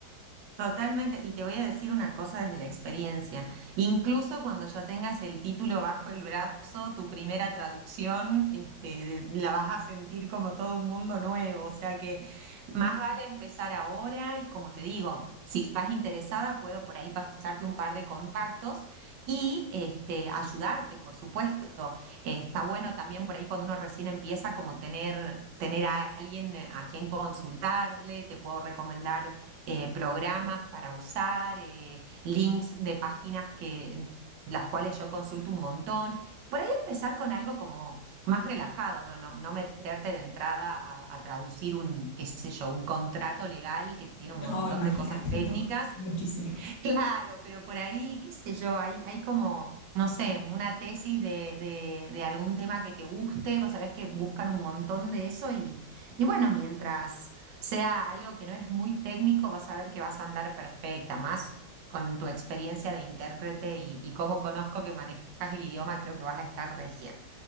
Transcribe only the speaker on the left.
No,
imagínate,
no, <laughs> muchísimo.